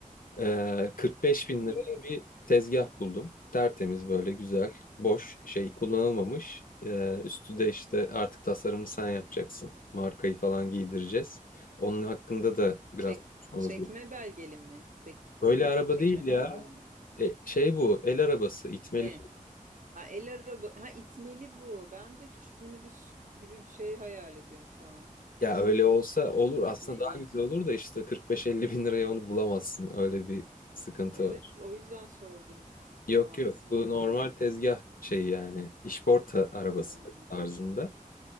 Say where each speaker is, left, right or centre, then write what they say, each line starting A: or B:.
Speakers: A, on the left; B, on the right.
A: Ee, 45 bin
B: hmm.
A: liraya bir tezgah buldum. Tertemiz böyle güzel, boş şey kullanılmamış. Ee, üstü de işte artık tasarımını sen yapacaksın. Markayı falan giydireceğiz. Onun hakkında da biraz
B: Çek,
A: konuşmamız
B: çekme
A: gerekiyor.
B: belgeli mi? Peki
A: Böyle
B: bu.
A: araba
B: Çekme
A: değil ya.
B: belgeli mi?
A: E, şey bu, el arabası, itmeli.
B: Ne? Ha el araba ha itmeli bu. Ben de küçük minibüs gibi bir şey hayal ediyorum şu an.
A: Ya öyle olsa olur.
B: İtmeli.
A: Aslında daha güzel olur da işte 45-50 bin liraya onu bulamazsın. Öyle bir sıkıntı
B: Evet
A: var.
B: o yüzden sordum.
A: Yok
B: Muayenesi
A: yok. Bu
B: mi yok
A: normal
B: diye.
A: tezgah şeyi yani. işporta arabası
B: Hmm,
A: tarzında.